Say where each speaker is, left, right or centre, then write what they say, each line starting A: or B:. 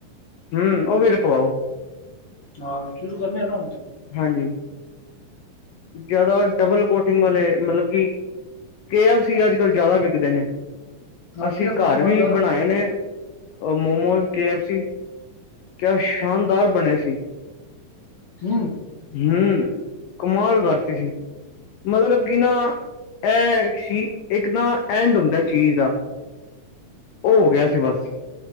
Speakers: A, on the left; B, on the left.
A: ਹਮ ਉਹ ਵੀ ਰਖਵਾਓ
B: ਹਾਂ ਸ਼ੁਰੂ ਕਰਨੇ ਆ ਨਾ ਹੁਨ।
A: ਹਾਂਜੀ- ਜਿਆਦਾ ਡਬਲ ਕੋਟਿਗ ਵਾਲੇ ਮਲਬ ਕਿ ਕੇ ਐਫ ਸੀ ਅਜ ਕਲ ਜ਼ਿਆਦਾ ਵਿਕਦੇ ਨੇ
B: ਹਾਂ
A: ਅਸੀ
B: ਕੇ ਐਫ ਸੀ
A: ਘਰ
B: ਸਮਾਨ
A: ਵੀ
B: ਜ਼ਿਆਦਾ
A: ਬਣਾਏ ਨੇ ਮੋਮੋਜ਼ ਕੇ ਐਫ ਸੀ ਕਿਆ ਸ਼ਾਨਦਾਰ ਬਣੇ ਸੀ
B: ਹੂੰ
A: ਹੂ- ਕਮਾਲ ਕਰਤੀ ਸੀ ਮਤਲਬ ਕਿ ਨਾ ਇਹ ਸੀ ਇਕ ਨਾ ਐਂਡ ਹੁੰਦਾ ਚੀਜ਼ ਆ ਉਹ ਹੋ ਗਿਆ ਸੀ ਬਸ